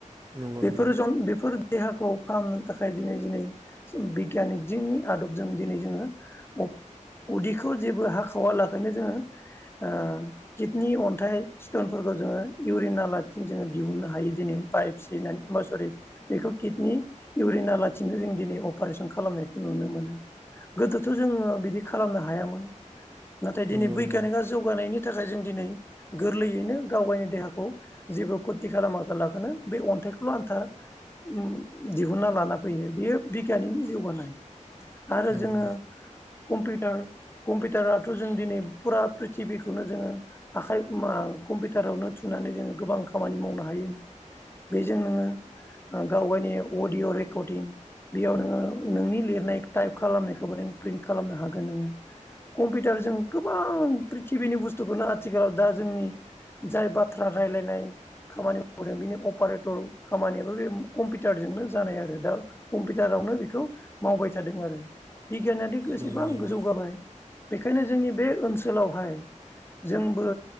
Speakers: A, on the right; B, on the left.
A: नंगौ
B: बेफोर
A: नंगौ।
B: जन बेफोर देहाखौ फाहामनो थाखाय दिनै दिनै जों बिगियानिक जोंनि आदबजों दिनै जोङो अब उदैखौ जेबो हाखावालाखैनो जोङो ओ किडनि अन्थाइ सिटनफोरखौ जोङो इउरिन नालाथिं जोङो दिहुननो हायो दिनै पाइप सिनानै म सरि बेखौ किडनि इउरिन नालाथिंनो जों दिनै अपारेशन खालामनायखौ नुनो मोनो गोदोथ' जोङो बिदि खालामनो हायामोन। नाथाय दिनै
A: नंगौ
B: बैग्यानिका
A: नंगौ
B: जौगानायनि थाखाय जों दिनै गोरलैयैनो गाव गायनि देहाखौ जेबो खथि खालामा लाखानो बे अन्थाइखौल' आन्था उम दिहुनना लाना फैयो बेयो बिगियाननिनो जौगानाय। आरो
A: नंगौ
B: जोङो कम्पिउटार कम्पिउटाराथ' जों दिनै फुरा प्रिथिबिखौनो जोङो आखाइ मा कम्पिउटारावनो थुनानै जोङो गोबां खामानि मावनो हायो बेजों नोङो गावगावनि अडिय' रेकर्डिं बेयाव नोङो नोंनि लिरनाय टाइप खालामनायखौबो नों प्रिन्ट खालामनो हागोन नोङो कम्पिउटारजों गोबां प्रिथिबिनि बुस्थुखौनो आथिखालाव दा जोंनि जाय बाथ्रा रायलायनाय खामानि मावदों बिनि अपारेटर खामानियाबो बे कम्पिउटारजोंनो जानाय आरो दा कम्पिउटारावनो बेखौ मावबाय थादों आरो बि गियानानो एसेबां
A: नंगौ नंगौ
B: गोजौ गाबाय बेखायनो जोंनि बे ओनसोलावहाय जोंबो